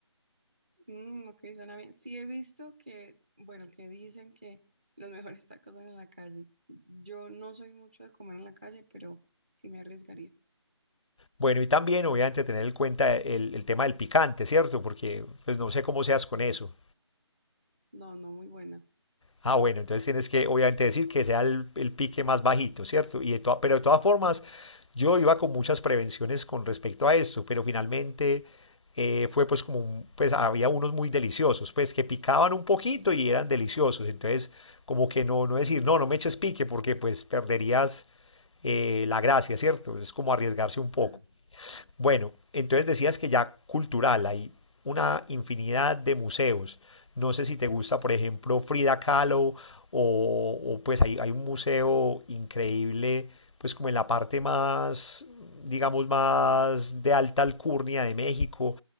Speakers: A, on the right; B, on the left.
A: Mm, ok, suena bien. Sí he visto que, bueno, que dicen que los mejores tacos son en la calle. Yo no soy mucho de comer en la calle, pero sí me arriesgaría.
B: Bueno, y también obviamente tener en cuenta el, el tema del picante, ¿cierto? Porque pues no sé cómo seas con
A: Sí.
B: eso.
A: No, no, muy buena.
B: Ah, bueno, entonces tienes que obviamente decir que sea el, el pique más bajito, ¿cierto? Y de toda- pero de todas formas, yo iba con muchas prevenciones con respecto a esto, pero finalmente eh, fue pues como, un- pues había unos muy deliciosos, pues que picaban un poquito y eran deliciosos, entonces como que no, no decir, no, no me eches pique porque pues perderías eh, la gracia, ¿cierto? Es como arriesgarse un poco.
A: Claro.
B: Bueno, entonces decías que ya cultural, hay una infinidad de museos. No sé si te gusta, por ejemplo, Frida Kahlo o, o pues hay, hay un museo increíble, pues como en la parte más, digamos, más de alta alcurnia de México.